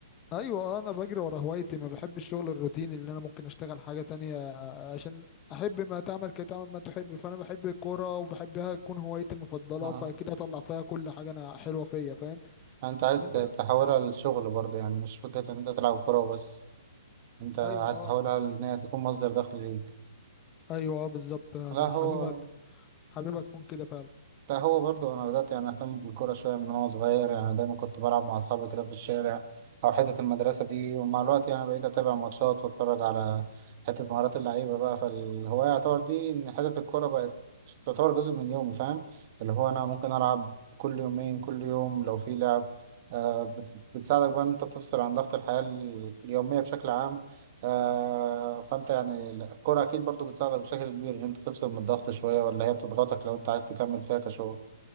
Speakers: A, on the left (about 20°); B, on the right (about 35°).
A: ايوه آه، انا بجري ورا هوايتي ما بحب الشغل الروتيني اللي انا ممكن اشتغل حاجة تانية عشان احب ما تعمل كي تعمل ما تحب فانا بحب الكورة وبحبها تكون هوايتي المفضلة
B: آه.
A: فاكيد هطلع فيها كل حاجة انا حلوة فيا فاهم
B: أنت عايز
A: انت
B: ت- تحولها للشغل برضه يعني مش فكرة إن أنت تلعب كورة وبس أنت عايز
A: ايوه اه
B: تحولها إن هي تكون مصدر دخل ليك
A: ايوه اه بالظبط انا
B: لا هو
A: حاببها حاببها تكون كده فعلا
B: ده هو برضه انا بدات يعني اهتم بالكوره شويه من وانا صغير يعني دايما كنت بلعب مع اصحابي كده في الشارع او حته المدرسه دي ومع الوقت يعني بقيت اتابع ماتشات واتفرج على حته مهارات اللعيبه بقى فالهوايه يعتبر دي ان حته الكوره بقت تعتبر جزء من يومي فاهم اللي هو انا ممكن العب كل يومين كل يوم لو في لعب آه بت- بتساعدك بقى ان انت تفصل عن ضغط الحياه ال- اليوميه بشكل عام آه فانت يعني الكرة اكيد برضو بتساعدك بشكل كبير ان انت تفصل من الضغط شوية ولا هي بتضغطك لو انت عايز تكمل فيها كشغل